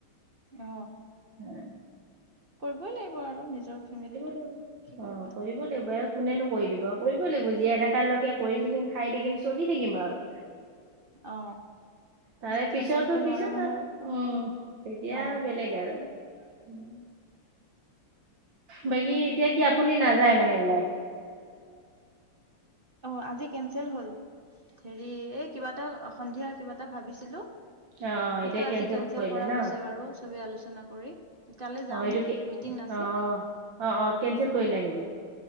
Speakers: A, on the right; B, on the right.
A: অ।
B: উম।
A: কৰিবই লাগিব আৰু নিজৰ ফেমিলিটোক
B: লাগিব
A: কি
B: অ
A: কৰিবা?
B: কৰিব লাগিব আৰু কোনেনো কৰি দিব আৰু কৰিবই লাগিব জীয়াই থকা লৈকে কৰি থাকিম খাই থাকিম চলি থাকিম আৰু।
A: অ।
B: তাৰে
A: যেতিয়া
B: পিছতো
A: কৰিব নোৱাৰা
B: পিছত
A: হ'ম
B: আৰু উম তেতিয়া
A: অ
B: আৰু বেলেগ আৰু। উম। বাকী এতিয়া কি আপুনি
A: ঠিকে
B: নাযায়
A: আছে।
B: মানে ওলাই?
A: অ আজি কেনচেল হল, হেৰি এই কিবা এটা সন্ধিয়া কিবা এটা ভাবিছিলো
B: অ অ এতিয়া
A: সেইটো আজি কেনচেল
B: কৰিলে
A: কৰা
B: ন
A: হৈছে বাৰু চবে আলোচনা কৰি। তালে
B: অ
A: যাম
B: এইটো কি
A: মিটিং আছে।
B: অ অ অ কেনচেল কৰিলে নেকি